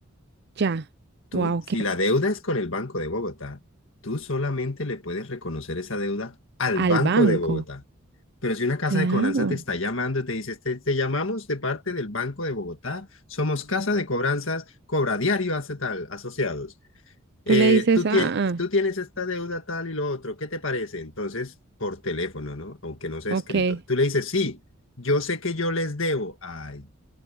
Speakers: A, on the right; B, on the left.
A: ya.
B: Tú,
A: Wow,
B: si
A: que
B: la deuda es con el Banco de Bogotá, tú solamente le puedes reconocer esa deuda al
A: al
B: Banco
A: banco.
B: de Bogotá. Pero si una casa
A: Claro.
B: de cobranza te está llamando y te dice, te, te llamamos de parte del Banco de Bogotá, somos casa de cobranzas, cobra diario hace tal, asociados. Eh,
A: Tú le dices,
B: tú,
A: ah,
B: tie- tú tienes esta deuda tal y lo otro, ¿qué te parece? Entonces, por teléfono, ¿no? Aunque no sea
A: ah,
B: escrito.
A: ok.
B: Tú le dices, sí, yo sé que yo les debo. Ay,